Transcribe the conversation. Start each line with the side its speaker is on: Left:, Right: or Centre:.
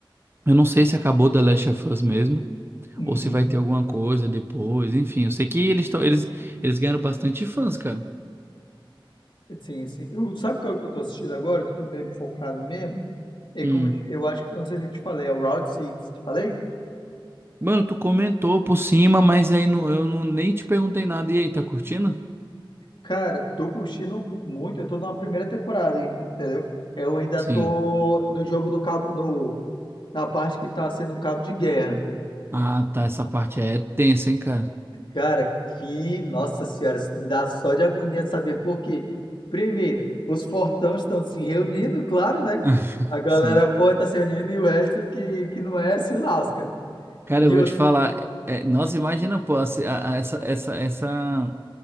Right: eu não sei se acabou The Last of Us mesmo,
Left: Uhum.
Right: ou se vai ter alguma coisa depois, enfim. Eu sei que eles estão, eles, eles ganharam bastante fãs, cara.
Left: Sim, sim. Eu, sabe qual que eu tô assistindo agora, que eu tô bem focado mesmo? É
Right: Hum.
Left: como eu, te- eu acho que, eu não sei se eu te falei, é o Route Six Te falei?
Right: Mano, tu comentou por cima, mas aí não, eu não, nem te perguntei nada. E aí, tá curtindo?
Left: Cara, tô curtindo muito. Eu tô numa primeira temporada, ent- entendeu? Eu ainda
Right: Sim.
Left: tô no jogo do cabo, no, na parte que tá sendo o cabo de guerra.
Right: Ah, tá. Essa parte é tensa, hein, cara?
Left: Cara, que, nossa senhora, isso me dá só de agonia de saber por quê. Primeiro, os fortões estão se reunindo, claro, né?
Right: <laughs>
Left: A galera
Right: Sim.
Left: pode estar se reunindo e o resto que, que não é se lasca.
Right: Cara,
Left: E
Right: eu vou
Left: outra.
Right: te falar. é- é- nossa, imagina, pô, a- a- essa, essa, essa,